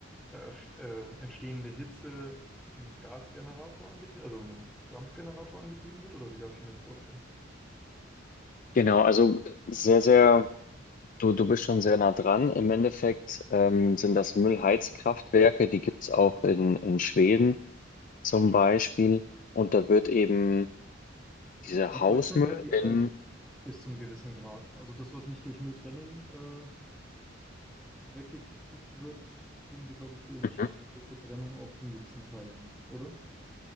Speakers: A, in the centre; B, on the left.
A: ja, ersch- äh, entstehende Hitze ein Gasgenerator angetrieben, also ein Dampfgenerator angetrieben wird, oder wie darf ich mir das vorstellen?
B: Genau, also sehr, sehr, du, du bist schon sehr nah dran. Im Endeffekt ähm, sind das Müllheizkraftwerke, die gibt's auch in, in Schweden zum Beispiel. Und da wird eben dieser
A: glaube,
B: Hausmüll
A: Deutschland hat die
B: in,
A: auch bis zum gewissen Grad. Also das, was nicht durch Mülltrennung äh, weggekriegt wird, kriegen sie, glaube ich, durch
B: Mhm.
A: Verbrennung auch zum gewissen Teil hin, oder?